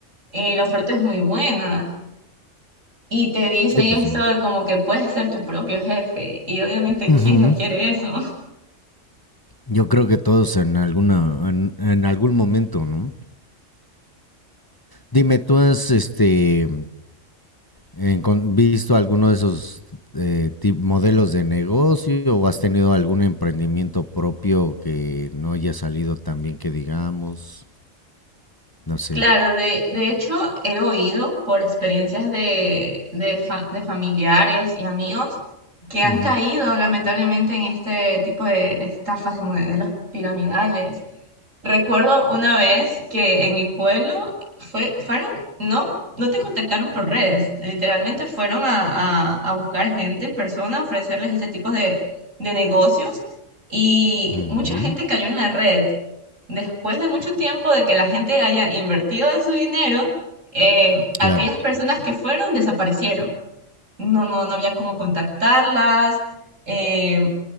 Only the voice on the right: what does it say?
eh, la oferta es muy buena. Y te dice
esto
de como que puedes ser tu propio jefe, y obviamente,
¿quién no quiere eso?
Claro,
de, de hecho he oído por experiencias de, de, fa- de familiares y amigos que han
caído lamentablemente en este tipo de, de estafas de modelos piramidales. Recuerdo una vez que en mi pueblo fue, fueron, no, no te contactaron por redes, literalmente fueron a, a- a buscar gente en persona, a ofrecerles este tipo de, de negocios y
mucha gente cayó en la red después de mucho tiempo de que la gente haya invertido de su dinero, eh, aquellas
personas que fueron desaparecieron. No, no, no había cómo contactarlas, eh,